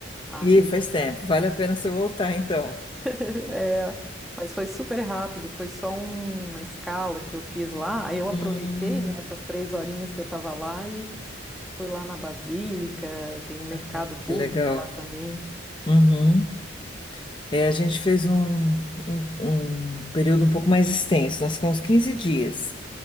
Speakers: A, in the centre; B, on the left (about 25°).
A: Ah,
B: Ih,
A: e,
B: faz tempo. Vale a pena você voltar, então.
A: <laughs> é, mas foi super rápido, foi só um- uma escala que eu fiz lá. Aí eu aproveitei,
B: Hum,
A: né, essas três horinhas que eu estava lá e fui lá na Basílica, tem um mercado
B: ai, que
A: público
B: legal.
A: lá também.
B: Uhum. É, a gente fez um, um, um período um pouco mais extenso. Nós ficamos 15 dias.